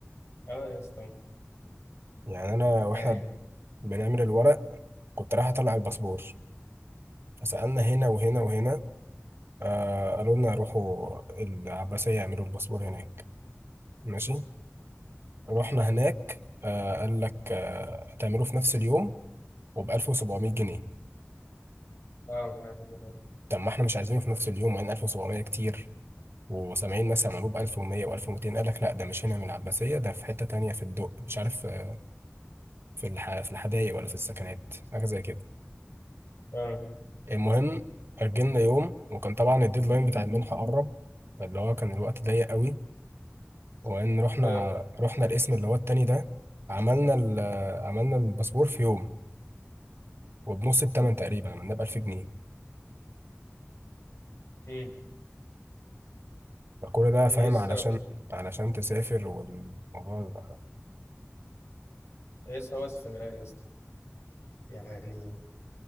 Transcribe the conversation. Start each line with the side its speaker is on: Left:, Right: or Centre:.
Left: اه يا اسطى
Right: يعني انا واحنا
Left: يعني
Right: بنعمل الورق كنت رايح اطلع الباسبور فسألنا هنا وهنا وهنا آه قالوا لنا روحوا العباسية يعملوا الباسبور هناك ماشي رحنا
Left: <laughs> مم.
Right: هناك آه قال لك آه هتعمله في نفس اليوم وب 1700 جنيه
Left: اه نعرف الموضوع ده.
Right: طب ما احنا مش عايزينه في نفس اليوم وبعدين 1700 كتير وسامعين ناس عملوه ب 1100 و1200 قال لك لا ده مش هنا من العباسية ده في حتة تانية في الدق مش عارف آه، في الح... في الحدائق ولا في السكنات حاجة زي كده
Left: اه
Right: المهم أجلنا يوم وكان طبعا الديدلاين بتاع المنحة قرب فاللي هو كان الوقت ضيق قوي وان رحنا
Left: اه
Right: رحنا الاسم اللي هو التاني ده عملنا ال... آه، عملنا الباسبور في يوم وبنص التمن تقريبا عملناه ب 1000 جنيه
Left: مم.
Right: فكل ده
Left: يا
Right: فاهم
Left: اسطى
Right: علشان علشان تسافر والموضوع يبقى
Left: يا اسطى هو استغلال يا اسطى يعني